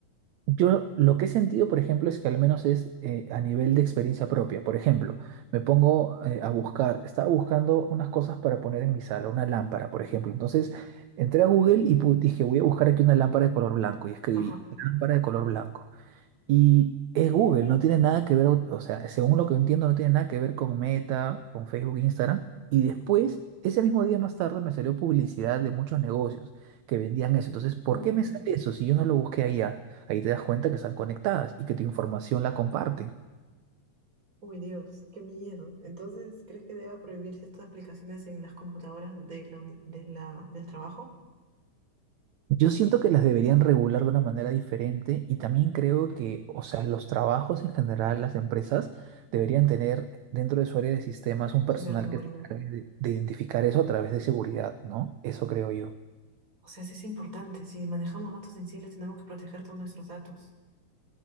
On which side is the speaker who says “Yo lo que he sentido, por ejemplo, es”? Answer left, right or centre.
Right